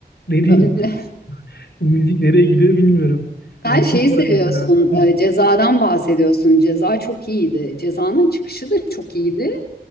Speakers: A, on the left (about 85°); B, on the left (about 70°).
A: ne diyeyim?
B: Böyle.
A: Bu müzik nereye gidiyor bilmiyorum. Erkin
B: Sen şeyi
A: Koray
B: seviyorsun,
A: mesela. Hı.
B: e, cezadan bahsediyorsun. Ceza çok iyiydi. Cezanın çıkışı da çok iyiydi.